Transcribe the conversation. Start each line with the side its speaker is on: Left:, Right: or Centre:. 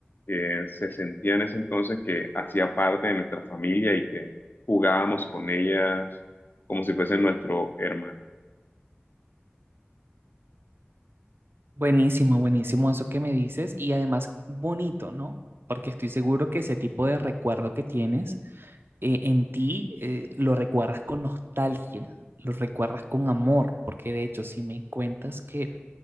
Left: que se sentía en ese entonces que hacía parte de nuestra familia y que jugábamos con ellas como si fuese nuestro hermano.
Right: Buenísimo, buenísimo eso que me dices y además bonito, ¿no? Porque estoy seguro que ese tipo de recuerdo que tienes eh, en ti eh, lo recuerdas con nostalgia, lo recuerdas con amor, porque de hecho si me cuentas que